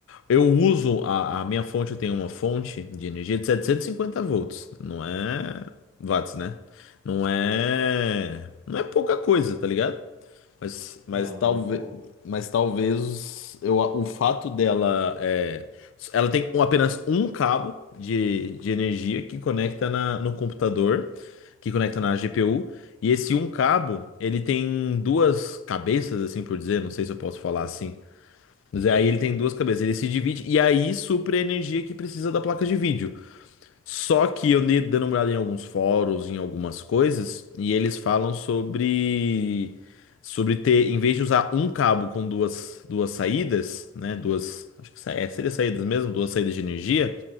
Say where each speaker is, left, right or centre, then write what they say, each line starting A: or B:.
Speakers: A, on the left; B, on the left.
A: Eu uso a, a minha fonte, eu tenho uma fonte de energia de 750 volts. Não é watts, né? Não é, não é pouca coisa, tá ligado? Mas, mas
B: Não,
A: talvez,
B: nem um pouco.
A: mas talvez eu, o fato dela é, ela tem um- apenas um cabo de, de energia que conecta na, no computador, que conecta na GPU. E esse um cabo,
B: Uhum.
A: ele tem duas cabeças, assim por dizer, não sei se eu posso falar assim. Mas aí
B: Sim.
A: ele tem duas cabeças, ele se divide e aí supre a energia que precisa da placa de vídeo. Só que eu andei dando uma olhada em alguns fóruns, em algumas coisas, e eles falam sobre sobre ter, em vez de usar um cabo com duas duas saídas, né, duas, acho que sa- é, seria saídas mesmo, duas saídas de energia,